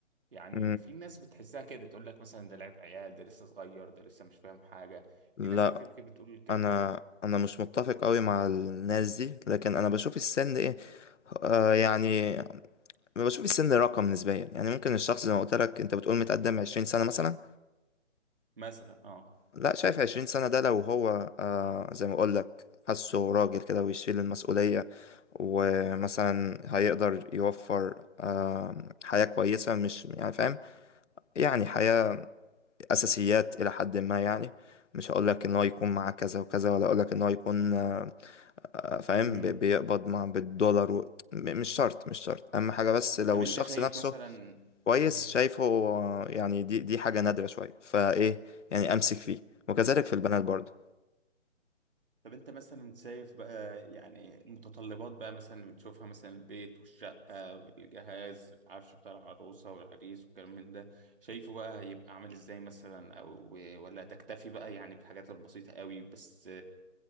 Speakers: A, on the right; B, on the left.
A: يعني
B: مم.
A: في ناس بتحسها كده تقول لك مثلا ده لعب عيال ده لسه صغير ده لسه مش فاهم حاجة
B: لا
A: في ناس كتير كده بتقول الكلام
B: انا
A: ده
B: انا مش متفق قوي مع الناس دي لكن انا بشوف السن ايه آه يعني بشوف السن رقم نسبيا يعني ممكن الشخص زي ما قلت لك انت بتقول متقدم 20 سنه مثلا
A: مثلا اه
B: لا شايف 20 سنه ده لو هو آه زي ما اقول لك حاسه راجل كده ويشيل المسؤوليه ومثلا هيقدر يوفر آه حياه كويسه مش يعني فاهم يعني حياه اساسيات الى حد ما يعني مش هقول لك ان هو يكون معاه كذا وكذا ولا اقول لك ان هو يكون آه، آه، فاهم
A: مم.
B: بي- بيقبض مع بالدولار و... م- مش شرط مش شرط اهم حاجه بس لو
A: طب انت
B: الشخص
A: شايف
B: نفسه
A: مثلا
B: كويس
A: مم.
B: شايفه آه، يعني دي دي حاجه نادره شويه فايه يعني امسك فيه وكذلك في البنات برضه
A: طب انت مثلا شايف بقى يعني المتطلبات بقى مثلا اللي بنشوفها مثلا البيت والشقة والجهاز العفش بتاع العروسة والعريس والكلام من ده شايفه بقى هيبقى عامل ازاي مثلا او ولا تكتفي بقى يعني بالحاجات البسيطة قوي بس